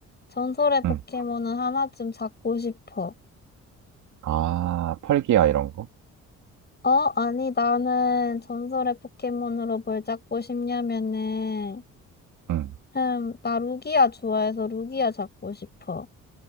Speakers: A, on the left (about 35°); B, on the right (about 75°).
A: 전설의 포켓몬은
B: 응.
A: 하나쯤 잡고 싶어.
B: 아, 펄기야 이런 거?
A: 어? 아니, 나는 전설의 포켓몬으로 뭘 잡고 싶냐면은,
B: 응.
A: 흠, 나 루기아 좋아해서 루기아 잡고 싶어.